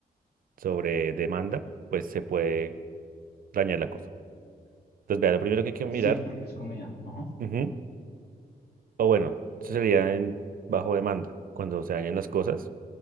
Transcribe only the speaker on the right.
sobre demanda, pues se puede dañar la cosa. Entonces, vea, lo primero
que hay que mirar,
ujú, o bueno, eso sería en bajo demanda, cuando se dañan las cosas,